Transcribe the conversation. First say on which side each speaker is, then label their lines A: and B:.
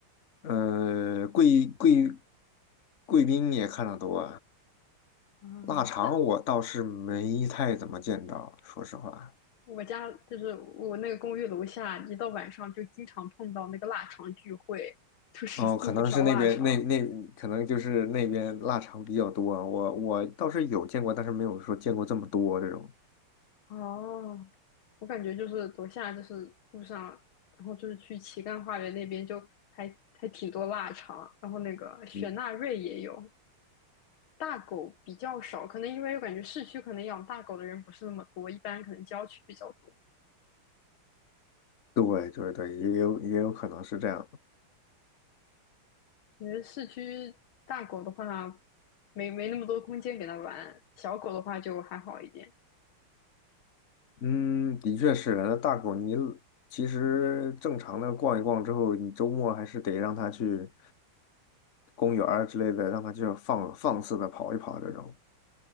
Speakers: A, on the left (about 40°); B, on the left (about 70°).
A: 呃贵贵贵宾也看的多，
B: <laughs>，嗯，
A: 腊肠我倒是没太怎么见到，
B: 但
A: 说实话。
B: 我家就是我那个公寓楼下，一到晚上就经常碰到那个腊肠聚会，就是四五条腊肠。
A: 哦，可能是那边那那可能就是那边腊肠比较多，我我倒是有见过，但是没有说见过这么多这种。
B: 哦，我感觉就是走下就是路上，然后就是去旗杆花园那边就还还挺多腊肠，然后那个雪纳瑞也有，
A: 嗯，
B: 大狗比较少，可能因为我感觉市区可能养大狗的人不是那么多，一般可能郊区比较多。
A: 对对对，也有也有可能是这样。
B: 因为市区大狗的话，没没那么多空间给它玩，小狗的话就还好一点。
A: 嗯，的确是。那大狗，你其实正常的逛一逛之后，你周末还是得让它去公园儿之类的，让它就放放肆的跑一跑。这种